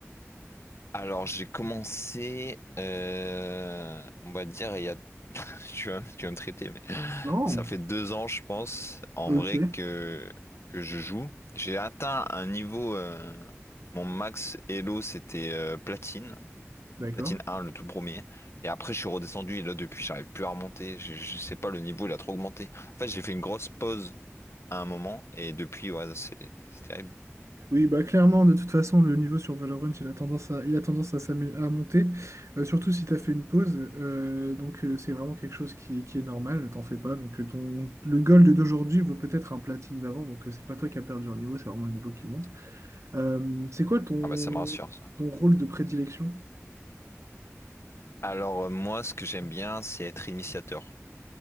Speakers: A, on the left; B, on the right.
A: Alors, j'ai commencé, euh, on va dire, il y a, <laughs> tu vas, tu vas me traiter, mais
B: Non.
A: ça fait deux ans, je pense, en
B: Ok,
A: vrai, que, que je joue. J'ai atteint un niveau, euh, mon max Elo, c'était euh, platine.
B: d'accord.
A: Platine un, le tout premier. Et après, je suis redescendu et là, depuis, j'arrive plus à remonter. Je, je sais pas, le niveau, il a trop augmenté. En fait, j'ai fait une grosse pause à un moment et depuis, ouais, c'est c'est terrible.
B: Oui, bah clairement, de toute façon, le niveau sur Valorant, il a tendance à, il a tendance à, s'amé- à monter, euh, surtout si tu as fait une pause. euh, donc, euh, c'est vraiment quelque chose qui, qui est normal, ne t'en fais pas. Donc, euh, ton, le gold d'aujourd'hui vaut peut-être un platine d'avant, donc euh, c'est pas toi qui as perdu un niveau, c'est vraiment le niveau qui monte. Euh, c'est quoi ton,
A: Ah bah, ça me rassure, ça.
B: ton rôle de prédilection?
A: Alors, euh, moi, ce que j'aime bien, c'est être initiateur.